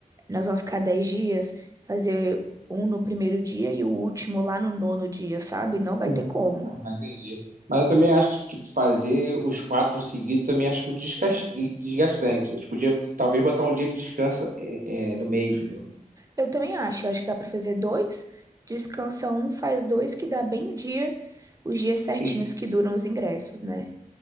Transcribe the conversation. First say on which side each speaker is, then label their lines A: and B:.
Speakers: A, on the right (about 25°); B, on the right (about 70°).
A: nós vamos ficar dez dias, fazer um no primeiro dia e o último lá no nono dia, sabe? Não vai
B: Hum.
A: ter como.
B: Ah, entendi. Mas eu também acho que tipo, fazer os quatro seguidos também acho muito desgas- desgastante. A gente podia talvez botar um dia de descanso eh, eh, no meio, entendeu?
A: Eu também acho, eu acho que dá para fazer dois, descansa um, faz dois, que dá bem o dia, os dias certinhos
B: Isso.
A: que duram os ingressos, né?